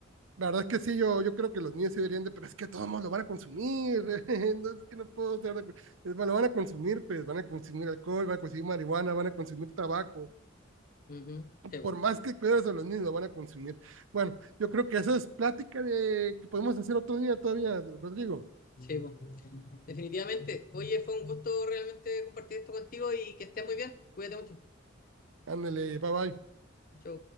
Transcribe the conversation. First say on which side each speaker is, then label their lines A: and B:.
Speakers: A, on the right (about 80°); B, on the left (about 45°).
A: la verdad es que sí, yo, yo creo que los niños se deberían de, pero es que todos lo van a consumir, <laughs> no es que no puedo estar de acuerdo. Es, bueno, Lo van a consumir, pues van a consumir alcohol, van a consumir marihuana, van a consumir tabaco.
B: Ujú, sí, po,
A: Por más que cuides a los niños, lo van a consumir. Bueno, yo creo que eso es plática de que podemos hacer otro día todavía, Rodrigo.
B: sí, po. Definitivamente. Oye, fue un gusto realmente compartir esto contigo y que estés muy bien. Cuídate mucho.
A: Ándale, bye bye.
B: Chau.